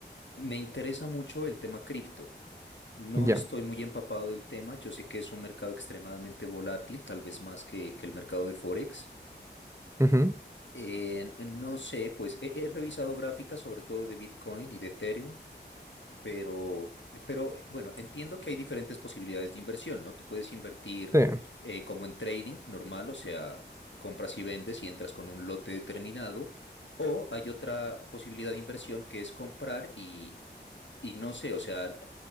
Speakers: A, on the left; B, on the right.
A: Me interesa mucho el tema cripto. No
B: Ya.
A: estoy muy empapado del tema. Yo sé que es un mercado extremadamente volátil, tal vez más que, que el mercado de Forex.
B: ujú,
A: Eh, no sé, pues he, he revisado gráficas sobre todo de Bitcoin y de Ethereum. Pero, pero eh, bueno, entiendo que hay diferentes posibilidades de inversión, ¿no? Tú puedes invertir
B: Sí.
A: eh, como en trading normal, o sea, compras y vendes y entras con un lote determinado, o hay otra posibilidad de inversión que es comprar y, y no sé, o sea,